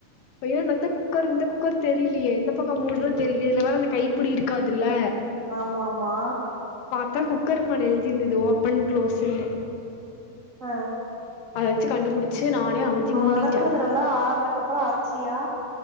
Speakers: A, on the left (about 80°); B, on the right (about 80°).
A: அப்பயும் எனக்கு தா குக்கர் இந்த குக்கர் தெரியலையே எந்த பக்கம் மூடுன்னனு
B: ம்
A: தெரியலே இதுல வேற அந்த கை அப்டி இருக்காதுல்ல
B: ஆமா ஆமா
A: -த்தா குக்கர் மேல எழுதி இருந்தது ஓப்பன் க்ளோஸ்ன்னு
B: ஆ
A: அத வச்சு கண்டுபுடிச்சு நானே அமுத்தி மூடிட்டே
B: வணக்குது நல்லா ஆறனக்கப்புற அரைச் சியா